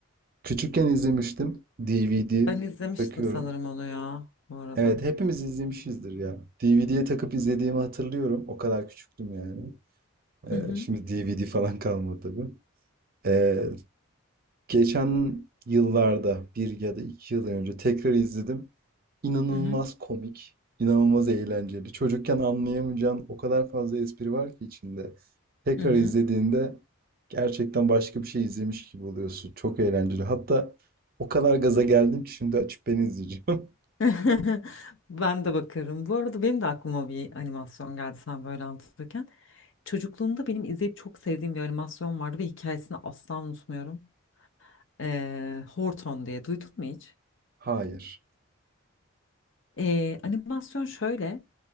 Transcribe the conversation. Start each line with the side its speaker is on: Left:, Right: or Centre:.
Right: Küçükken izlemiştim. DVD
Left: Ben izlemiştim
Right: takıyorum.
Left: sanırım onu ya bu arada.
Right: Evet, hepimiz izlemişizdir ya. DVD'ye takıp izlediğimi hatırlıyorum. O kadar küçüktüm yani.
Left: Hı hı.
Right: E, şimdi DVD falan <laughs> kalmadı tabii. E, geçen yıllarda bir ya da iki yıl önce tekrar izledim. İnanılmaz
Left: Hı hı.
Right: komik, inanılmaz eğlenceli. Çocukken anlayamayacağın o kadar fazla espri var ki içinde. Tekrar
Left: Hı hı.
Right: izlediğinde gerçekten başka bir şey izlemiş gibi oluyorsun. Çok eğlenceli. Hatta o kadar gaza geldim ki şimdi açıp ben izleyeceğim. <laughs>
Left: <laughs> Ben de bakarım. Bu arada benim de aklıma bir animasyon geldi sen böyle anlatırken. Çocukluğumda benim izleyip çok sevdiğim bir animasyon vardı ve hikayesini asla unutmuyorum. Ee, Horton diye duydun mu hiç?
Right: Hayır.
Left: Ee, animasyon şöyle.